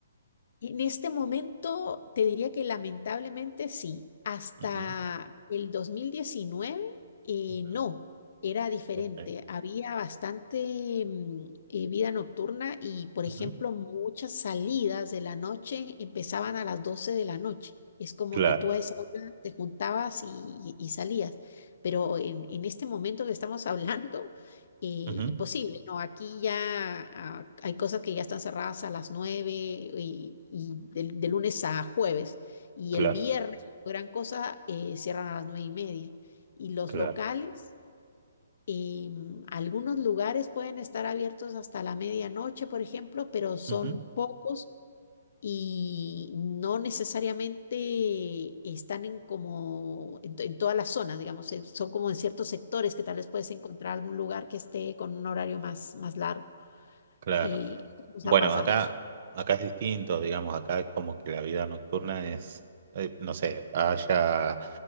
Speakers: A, on the left; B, on the right.
A: En este momento te diría que lamentablemente sí, hasta
B: Ujú,
A: el 2019 eh,
B: ujú,
A: no, era diferente,
B: ok,
A: había bastante mm, eh, vida nocturna y por
B: ujú,
A: ejemplo muchas salidas de la noche empezaban a las 12 de la noche, es como
B: Claro,
A: que tú a esa hora te juntabas y, y- y salías, pero en, en este momento que estamos <laughs> hablando eh,
B: ujú,
A: imposible, ¿no? Aquí ya ah, hay cosas que ya están cerradas a las 9 y, y de, de lunes a jueves. Y
B: claro,
A: el viernes, gran cosa, eh, cierran a las nueve y media. Y los
B: claro,
A: locales, em, algunos lugares pueden estar abiertos hasta la medianoche, por ejemplo, pero son
B: ujú,
A: pocos y no necesariamente están en como en, to- en todas las zonas, digamos, eh, son como en ciertos sectores que tal vez puedes encontrar algún lugar que esté con un horario más, más largo.
B: claro.
A: Y nos
B: Bueno,
A: ha pasado.
B: acá, acá es distinto, digamos, acá es como que la vida nocturna es, eh, no sé, haya